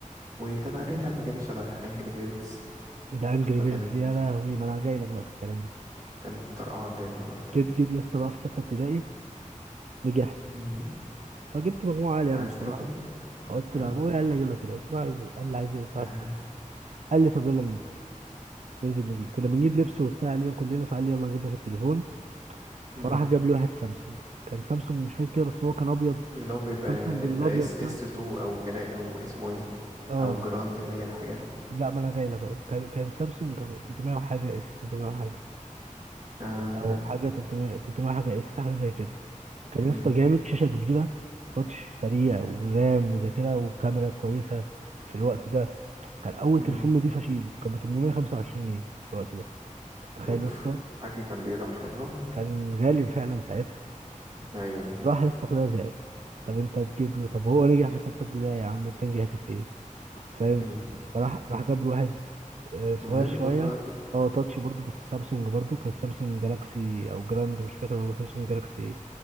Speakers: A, on the right (about 25°); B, on the right (about 60°).
A: وكان عليه لعبة كده شبه أنجري بيردز
B: ده انجري
A: فكانت
B: بيردز يا لهوي ما انا جاي لك بقى في الكلام ده
A: كانت مطرقعة الدنيا برضه
B: جيت جيت يا اسطى بقى في سته ابتدائي نجحت
A: مم.
B: فجبت مجموعه عاليه يعني
A: عايز
B: بصراحه
A: تليفون؟
B: فقلت
A: آه.
B: لابويا قال لي اجيب لك كده قلت له عايز قال لي عايز ايه قلت
A: آه.
B: له عايز تليفون قال لي طب يلا ننزل ننزل نجيب كنا بنجيب لبس وبتاع علينا كلنا فقال لي يلا اجيب لك التليفون فراح
A: مم.
B: جاب لي واحد سامسونج كان سامسونج مش فاكر كده بس هو كان ابيض
A: اللي هو بيبقى
B: سامسونج
A: ده
B: الابيض
A: اس اس
B: ده
A: تو أو جلاء أو اسمه إيه
B: اه
A: أو جراند اللي هي الحاجات
B: لا ما انا جاي لك اهو كان كان سامسونج 300 وحاجه اس 300 وحاجه
A: آه
B: او
A: آه
B: حاجه 300 300 حاجه اس حاجه زي كده كان
A: مم.
B: يا اسطى جامد شاشه كبيره تاتش سريع ورام وذاكره وكاميرا كويسه في الوقت ده كان اول
A: مم.
B: تليفون نضيف اشيله كان ب 825 جنيه في الوقت ده أنت متخيل
A: أوف
B: يا اسطى
A: حاج كان بيضحي اه
B: كان غالي فعلا ساعتها
A: أيوه
B: راح يا اسطى اخويا زعل طب انت تجيب له طب هو نجح في سته ابتدائي يا عم انت نجحت في ايه فاهم
A: مم.
B: فراح راح جاب له واحد آه، صغير
A: ما هو يشبط
B: شويه
A: بقى في
B: اه تاتش برضو بس سامسونج برضو كان سامسونج جالاكسي او جراند مش فاكر والله سامسونج جالاكسي ايه